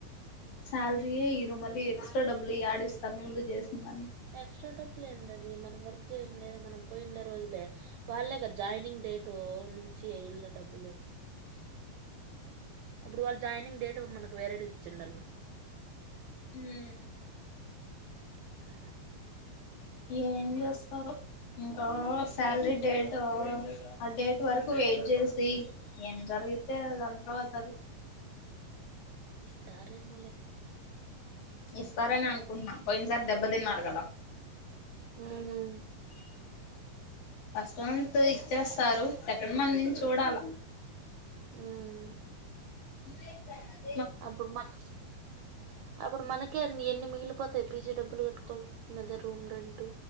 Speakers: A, on the left; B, on the right.
A: శాలరీయ ఇరుమళీ ఎక్స్ట్రా డబ్బులు ఆడిస్తారు ముందు చేసిందని
B: ఎక్స్‌ట్రా డబ్బులు లే ఏంది అది మనం వర్క్ చేసండదో మనం పోయిండే రోజులే వాళ్ళగా జాయినింగ్ డేటు నుంచి ఏళ్ళ డబ్బులు అప్పుడు వాళ్ళ జాయినింగ్ డేట్ మనకు వేరేది ఇచ్చిండ అల్
A: హమ్
B: వు
A: ఏం చేస్తారు ఇంకా శాలరీ డేట్ ఆ డేట్ వరకు వెయిట్ చేసి ఏం జర అగితే అంతవాత
B: ఇస్తారేమోలే
A: ఇస్తారని అనుకుంటున్నాం పోయినసారి దెబ్బ తిన్నారు కదా
B: హు మ్మ్
A: ఫస్ట్ మంత్ ఇచ్చేస్తారు సెకండ్ మంత్ నుంచి చూడాల
B: హుమ్
A: <unintelligible> రిసి క్ దన
B: అప్పుడు మన అప్పుడు మనక్ ఓకే మీ ఎన్ని మిగిలిపోతాయి పీజీ డబ్బులు కట్టుకోవాల్ వస్తుదే రూమ్ రెంటు